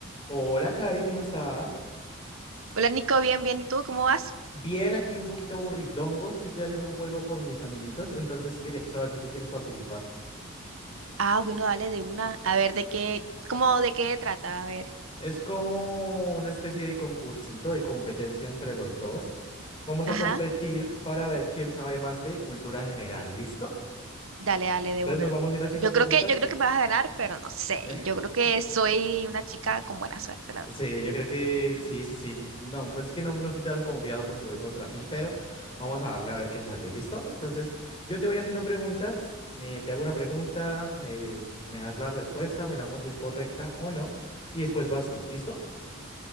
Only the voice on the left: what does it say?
Hola, Cari, ¿cómo estás?
Bien, aquí un poquito aburridongo, es que estoy haciendo un juego con mis amiguitos, entonces quería saber si tú quieres participar.
Es como una especie de concursito de competencia entre los dos. Vamos
a competir para ver quién sabe más de cultura general, ¿listo?
Entonces
nos vamos a ir haciendo
preguntas.
<laughs>
Sí, yo creo que sí, sí, sí. tú- No, pues es que no, no estoy tan confiado porque voy contra ti, pero vamos a darle a ver qué sale. ¿Listo? Entonces, yo te voy haciendo preguntas. eh, te hago una pregunta, eh, me das la respuesta, miramos si es correcta o no, y después vas tú. ¿Listo?